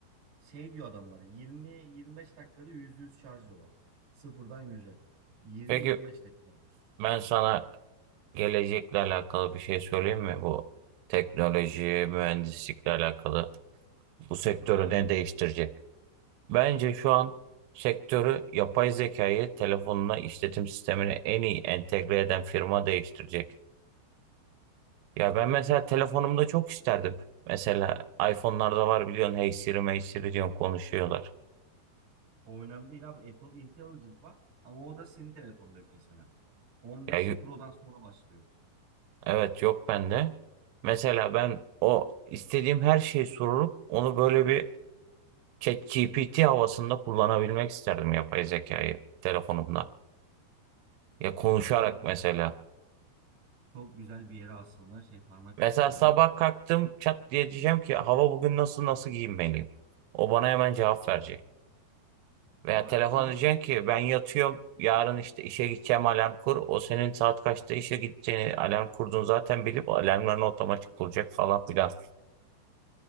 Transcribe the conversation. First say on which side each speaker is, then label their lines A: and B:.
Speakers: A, on the right; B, on the right.
A: Şey diyor adamlar 20-25 dakikada %100 şarj diyorlar. Sıfırdan 100'e. 20-25
B: Peki
A: dakikada.
B: ben sana gelecekle alakalı bir şey söyleyeyim mi? Bu teknoloji, mühendislikle alakalı bu sektörü
A: Söyle abi.
B: ne değiştirecek? Bence şu an sektörü yapay zekayı telefonuna, işletim sistemine en iyi entegre eden firma değiştirecek. Ya ben mesela telefonumda çok isterdim. Mesela iPhone'larda var biliyorsun Hey Siri, Hey Siri diyorsun konuşuyorlar.
A: O önemli değil abi. Apple Intelligent var ama o da senin telefonda yok mesela. 15
B: Ya y-
A: Pro'dan sonra başlıyor.
B: evet yok bende. Mesela ben o istediğim her şeyi sorup onu böyle bir ChatGPT havasında kullanabilmek isterdim yapay zekayı telefonumda. Ya konuşarak
A: Bak çok güzel.
B: mesela.
A: Çok güzel bir yere aslında şey parmak
B: Mesela
A: bastım
B: sabah
A: biliyor musun?
B: kalktım çat diye diyeceğim ki hava bugün nasıl nasıl giyinmeliyim? O bana hemen cevap verecek. Veya
A: Ama
B: telefon
A: şu an
B: diyeceğim ki ben yatıyorum yarın işte işe gideceğim alarm kur. O senin saat kaçta işe gideceğini alarm kurduğunu zaten bilip alarmlarını otomatik kuracak falan filan.